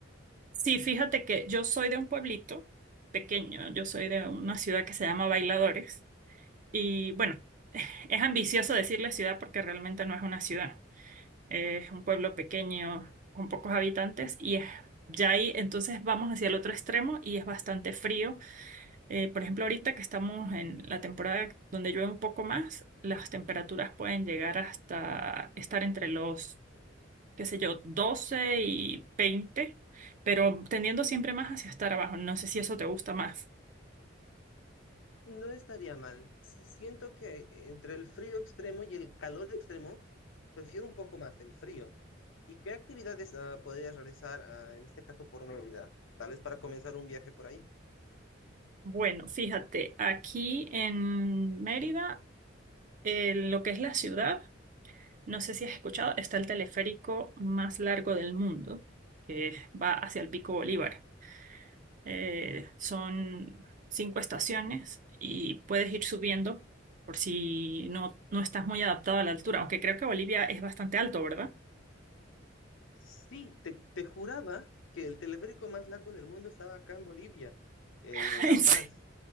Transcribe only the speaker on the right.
Sí, fíjate que yo soy de un pueblito pequeño, yo soy de una ciudad que se llama Bailadores y bueno, Es ambicioso decirle ciudad porque realmente no es una ciudad. Es un pueblo pequeño con pocos habitantes y es ya ahí. Entonces vamos hacia el otro extremo y es bastante frío. Eh, por ejemplo, ahorita que estamos en la temporada donde llueve un poco más, las temperaturas pueden llegar hasta estar entre los, qué sé yo, 12 y veinte pero tendiendo siempre más hacia estar abajo. No sé si eso te gusta más.
Bueno, fíjate, aquí en Mérida, eh, lo que es la ciudad. No sé si has escuchado, está el teleférico más largo del mundo, que va hacia el Pico Bolívar. Eh, son cinco estaciones y puedes ir subiendo por si no, no estás muy adaptado a la altura, aunque creo que Bolivia es bastante alto, ¿verdad?
<laughs> ¿En
se-